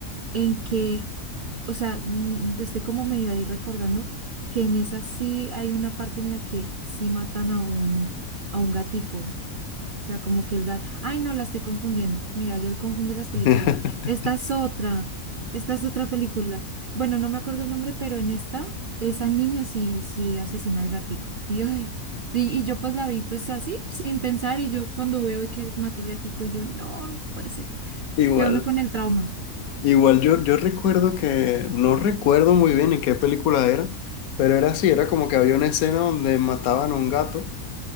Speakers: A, on the right; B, on the left.
A: en que, o sea, mm, estoy como medio ahí recordando que en esa sí hay una parte en la que sí matan a un, a un gatico, o sea, como que el gato. Ay, no, la estoy confundiendo. Mira, yo confundo las películas.
B: <laughs>
A: Esta es otra. Esta es otra película. Bueno, no me acuerdo el nombre, pero en esta, esa niña sí, sí asesina al gatico. Y, ay, y, y yo pues la vi pues así, sin pensar. Y yo cuando veo que él mata al gatico, y yo, no, no puede ser.
B: Igual.
A: Queda uno con el trauma.
B: Igual yo, yo recuerdo que, no recuerdo muy bien en qué película era, pero era así, era como que había una escena donde mataban a un gato.